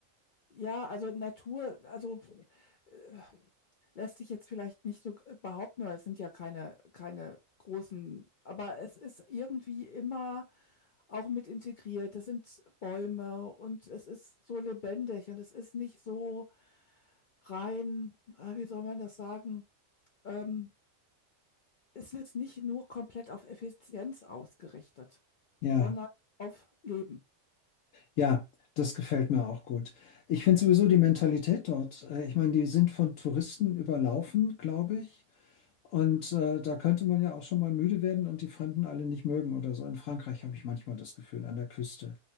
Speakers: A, on the left; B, on the left.
A: ja, also Natur, also äh, lässt sich jetzt vielleicht nicht so äh, behaupten, weil es sind ja keine, keine großen, aber es ist irgendwie immer auch mit integriert. Das sind Bäume und es ist so lebendig und es ist nicht so rein, ah, wie soll man das sagen, ähm, es ist nicht nur komplett auf Effizienz ausgerichtet,
B: ja,
A: sondern auf Leben.
B: ja, das gefällt mir auch gut. Ich finde sowieso die Mentalität dort, äh, ich meine, die sind von Touristen überlaufen, glaube ich. Und äh, da könnte man ja auch schon mal müde werden und die Fremden alle nicht mögen oder so. In Frankreich habe ich manchmal das Gefühl, an der Küste,